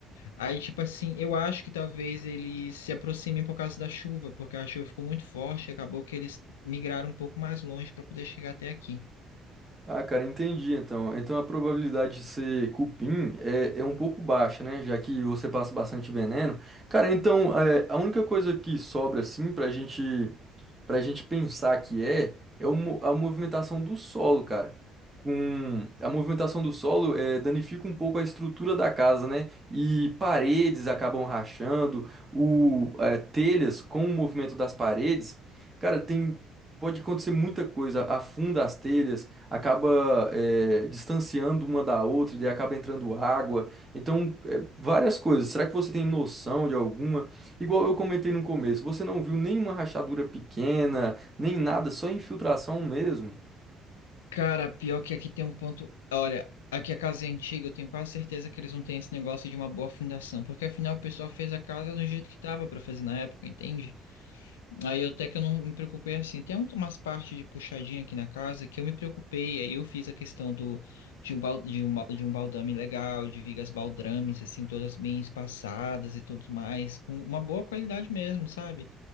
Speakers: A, on the left (about 75°); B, on the right (about 20°).
A: Aí, tipo assim, eu acho que talvez eles se aproximem por causa da chuva, porque a chuva ficou muito forte, e acabou que eles migraram um pouco mais longe para poder chegar até aqui.
B: Ah, cara, entendi então. Então a probabilidade de ser cupim é, é um pouco baixa, né? Já que você passa bastante veneno. Cara, então é, a única coisa que sobra assim pra gente pra gente pensar que é é o mo- a movimentação do solo, cara. Com a movimentação do solo é, danifica um pouco a estrutura da casa, né? E paredes acabam rachando, o é, telhas com o movimento das paredes, cara, tem pode acontecer muita coisa. Afunda as telhas acaba é, distanciando uma da outra e daí acaba entrando água. Então, é, várias coisas. Será que você tem noção de alguma? Igual eu comentei no começo, você não viu nenhuma rachadura pequena, nem nada, só infiltração mesmo.
A: Cara, pior que aqui tem um ponto. Olha, aqui a casa é antiga, eu tenho quase certeza que eles não têm esse negócio de uma boa fundação, porque afinal o pessoal fez a casa do jeito que tava para fazer na época, entende? Aí eu até que eu não me preocupei assim. Tem um- umas partes de puxadinha aqui na casa que eu me preocupei. Aí eu fiz a questão do, de, um, bal- de, um, ba- de um baldame legal, de vigas baldrames, assim, todas bem espaçadas e tudo mais, com uma boa qualidade mesmo, sabe?